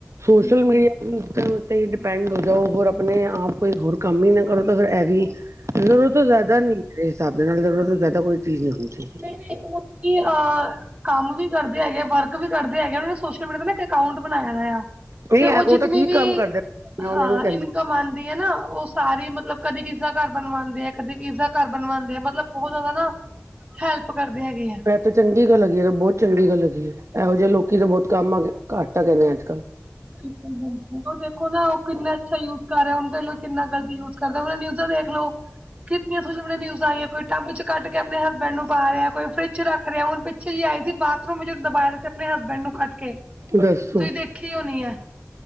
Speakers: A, on the right (about 65°); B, on the right (about 25°).
A: ਸੋਸ਼ਲ
B: ਬਿਲਕੁਲ
A: ਮੀਡੀਆ ਉੱਤੇ ਹੀ ਡਿਪੈਂਡ ਹੋ ਜਾਓ ਹੋਰ ਆਪਣੇ ਆਪ ਕੋਈ ਹੋਰ ਕੰਮ ਈ ਨਾ ਕਰੋ ਤਾਂ ਫੇਰ ਐ ਵੀ ਜ਼ਰੂਰਤ ਤੋਂ ਜਿਆਦਾ ਨੀ ਮੇਰੇ ਹਿਸਾਬ ਦੇ ਨਾਲ ਜ਼ਰੂਰਤ ਤੋਂ ਜਿਆਦਾ ਕੋਈ ਚੀਜ਼ ਨੀ ਹੁੰਦੀ ਐ ਗੀ।
B: ਏ ਵੇ ਹੁਣ ਕੀ ਅ ਕੰਮ ਵੀ ਕਰਦੇ ਹੈਗੇ, ਵਰਕ ਵੀ ਕਰਦੇ ਹੈਗੇ ਉਨਾਂ ਨੇ ਸੋਸ਼ਲ ਮੀਡੀਆ ਦਾ ਨਾ ਇੱਕ ਅਕਾਊਂਟ ਬਣਾਇਆ ਦੇਆ।
A: ਨਹੀਂ
B: ਤੇ
A: ਐ
B: ਓ
A: ਉਹ
B: ਜਿਤਨੀ
A: ਤਾਂ ਠੀਕ
B: ਵੀ
A: ਕੰਮ ਕਰਦੇ ਮੈਂ ਉਹਨਾਂ
B: ਹਾਂ
A: ਨੂੰ ਕਹਿੰਦੀ
B: ਇਨਕਮ ਆਂ ਦੀ ਏ ਨਾ ਓ ਸਾਰੀ ਮਤਲਬ ਕਦੀ ਕਿਸੀ ਦਾ ਘਰ ਬਣਵਾਦੇ ਐ, ਕਦੀ ਕਿਸਦਾ ਘਰ ਬਣਵਾਦੇ ਐ ਮਤਲਬ ਬੋਹ ਜਿਆਦਾ ਨਾ ਹੈਲਪ ਕਰਦੇ ਹੈਗੇ ਹੈ।
A: ਐ ਤੇ ਚੰਗੀ ਗੱਲ ਹੈਗੀ ਏ ਬੋ ਚੰਗੀ ਗੱਲ ਹੈਗੀ ਏ ਐਹੋ ਜੇ ਲੋਕੀ ਤਾਂ ਬੋਤ ਕੰਮ ਆ ਗੇ ਘੱਟ ਆ ਕੈਂਦੇ ਅੱਜ-ਕੱਲ।
B: ਬਿਲਕੁੱਲ-ਬਿਲਕੁੱਲ ਓ ਦੇਖੋ ਨਾ ਓ ਕਿੰਨਾ ਅੱਛਾ ਯੂਜ ਕਰ ਰੇਆ ਹੁਣ ਦੇਲੋ ਕਿੰਨਾ ਗ਼ਲਤ ਯੂਜ ਕਰਦਾ ਨਿਊਜਾ ਵੇਖਲੋ ਕਿਤਨੀਆ ਖੁਸੀਮਨੇ ਨਿਊਜ਼ਾਂ ਆਇਆ ਕੋਈ ਟੱਬ 'ਚ ਕੱਢਕੇ ਆ ਪਣੇ ਹਸਬੈਂਡ ਨੂੰ ਪਾ ਰੇਆ, ਕੋਈ ਫਰਿਜ਼ 'ਚ ਰੱਖ ਰੇਆ ਹੁਣ ਪਿੱਛੇ ਜੀ ਆਈ ਸੀ ਬਾਥਰੂਮ ਵਿੱਚ ਦਬਾਇਆ ਤੇ ਆਪਣੇ ਹਸਬੈਂਡ ਨੂੰ ਕੱਟ ਕੇ।
A: ਦੱਸੋ‌।
B: ਤੁਸੀਂ ਦੇਖੀ ਹੋਣੀ ਹੈ